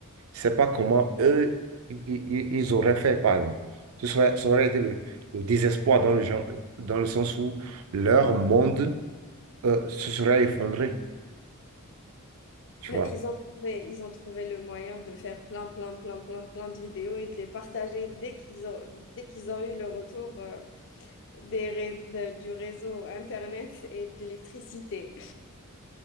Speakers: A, on the right; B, on the left.
A: je sais pas comment eux, i- i- ils, auraient fait, par exemple. Ce serait, ça aurait été le, le désespoir dans le genre, dans le sens où leur monde euh, se serait effondré, tu
B: <laughs>
A: vois.
B: Ils ont trouvé, ils ont trouvé le moyen de faire plein, plein, plein, plein, plein de vidéos et de les partager dès qu'ils ont, dès qu'ils ont eu le retour euh, des ré- de- du réseau Internet et de l'électricité.